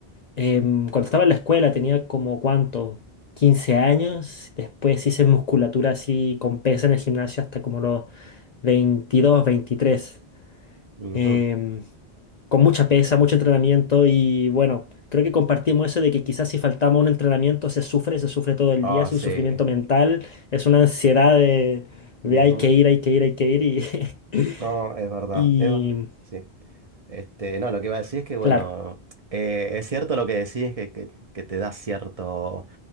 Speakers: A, on the left; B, on the right.
A: em, cuando estaba en la escuela tenía como cuánto, 15 años, después hice musculatura así con pesa en el gimnasio hasta como los 22 veintitrés
B: Ujú.
A: em, con mucha pesa, mucho entrenamiento y bueno, creo que compartimos eso de que quizás si faltamos un entrenamiento se sufre, se sufre todo el
B: Ah,
A: día, es
B: sí.
A: un sufrimiento mental, es una ansiedad de,
B: Ujú.
A: de hay que ir, hay que ir, hay que ir y, <laughs>
B: No, es verdad.
A: y
B: es ver- sí. Este, no, lo que iba a decir es que, bueno,
A: claro,
B: eh, es cierto lo que decís, que, que, que te da cierto